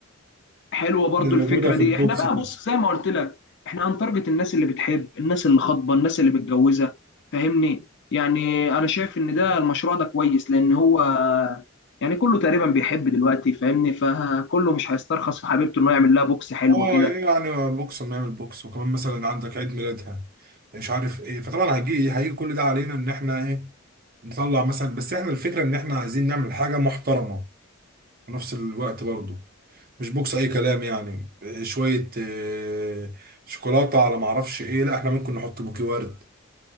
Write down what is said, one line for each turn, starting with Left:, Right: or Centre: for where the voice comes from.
Left: حلوه برضو
Right: اللي
Left: الفكره
Right: موجودة في
Left: دي
Right: البوكس
Left: احنا بقى
Right: دي
Left: بص زي ما قلت لك احنا هنتارجت الناس اللي بتحب الناس اللي خاطبه الناس اللي متجوزه فاهمني يعني انا شايف ان ده المشروع ده كويس لان هو يعني كله تقريبا بيحب دلوقتي فاهمني فكله مش هيسترخص في حبيبته انه يعمل لها بوكس حلو
Right: اه
Left: كده
Right: إيه يعني بوكس ما يعمل بوكس وكمان مثلا عندك عيد ميلادها مش عارف ايه فطبعا هيجي هيجي كل ده علينا ان احنا ايه نطلع مثلا بس احنا الفكره ان احنا عايزين نعمل حاجه محترمه في نفس الوقت برضه مش بوكس اي كلام يعني إيه شويه إيه شوكولاته على ما اعرفش ايه لا احنا ممكن نحط بوكي ورد